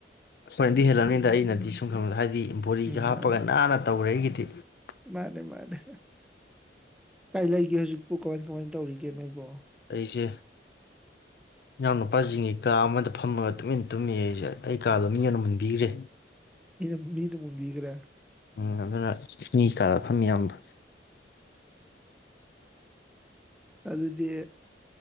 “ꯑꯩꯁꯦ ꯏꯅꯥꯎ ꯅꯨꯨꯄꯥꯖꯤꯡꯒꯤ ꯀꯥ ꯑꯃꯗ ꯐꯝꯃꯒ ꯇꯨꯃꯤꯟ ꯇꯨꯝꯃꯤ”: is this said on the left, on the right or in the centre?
Left